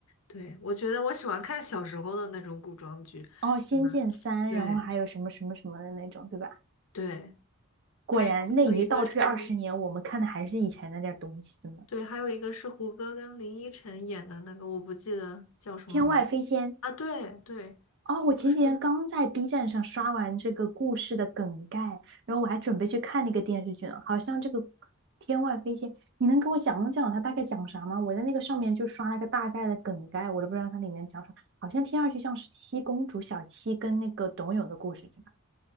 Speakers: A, on the left; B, on the right.
A: 对，我觉得我喜欢看小时候的那种古装剧，
B: 哦，《仙剑三》，
A: 是吧？对
B: 然后还有什么什么什么的那种，对吧？
A: 对，
B: 果然内娱倒退二十年，
A: 还有还有一个是。
B: 我们看的还是以前那点儿东西，真的
A: 对，还有一个是胡歌跟林依晨演的那个，我不记得叫什么名
B: 天外飞仙。
A: 啊。对对，
B: 哦，我前几天刚在
A: 就是
B: B 站上刷完这个故事的梗概，然后我还准备去看那个电视剧呢。好像这个《天外飞仙》，你能给我讲讲它大概讲啥吗？我在那个上面就刷了个大概的梗概，我都不知道它里面讲啥。好像听上去像是七公主小七跟那个董永的故事，是吧？